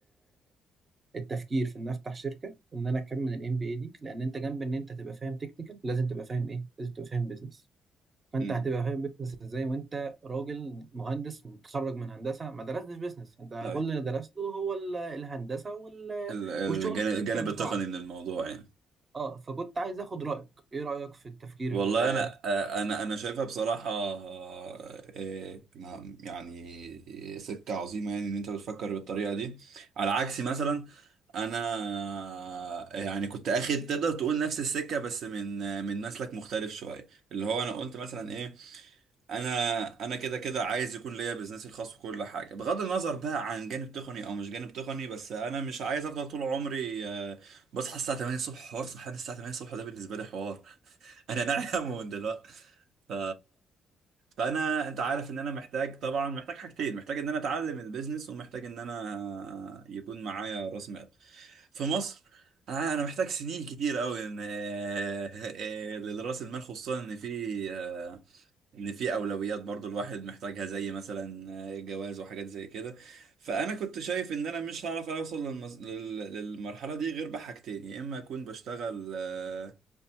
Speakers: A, on the right; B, on the right.
A: التفكير في ان افتح شركه وان انا اكمل الام بي اي دي لان انت جنب ان انت تبقى فاهم تكنيكال لازم تبقى فاهم ايه لازم تبقى فاهم بزنس فانت
B: امم
A: هتبقى فاهم بزنس ازاي وانت راجل مهندس متخرج من هندسه ما درستش بزنس انت
B: طيب
A: كل اللي درسته هو ال- الهندسه وال...
B: ال- الجانب
A: والشغل التكنيكال
B: الجانب التقني
A: بتاعك
B: من الموضوع يعني
A: اه فكنت عايز اخد رايك ايه رايك في التفكير
B: والله
A: آه،
B: انا آه، انا انا شايفها بصراحه آه، آه، ما- يعني سكه عظيمه يعني ان انت بتفكر بالطريقه دي على عكسي مثلا انا آه، يعني كنت اخد تقدر تقول نفس السكه بس من آه، من مسلك مختلف شويه اللي هو انا قلت مثلا ايه انا انا كده كده عايز يكون ليا بزنسي الخاص وكل حاجه بغض النظر بقى عن جانب تقني او مش جانب تقني بس انا مش عايز افضل طول عمري آه، بصحى الساعه 8 الصبح حوار صحيان الساعه 8 الصبح ده بالنسبه لي حوار <laughs> انا نايم من دلوقتي ف... فانا انت عارف ان انا محتاج طبعا محتاج حاجتين محتاج ان انا اتعلم البيزنس ومحتاج ان انا يكون معايا راس مال في مصر آه، انا محتاج سنين كتير قوي ان آه، آه، لراس المال خصوصا ان في آه، ان في اولويات برضو الواحد محتاجها زي مثلا جواز وحاجات زي كده فانا كنت شايف ان انا مش هعرف اوصل للمز... لل... للمرحله دي غير بحاجتين يا اما اكون بشتغل آه،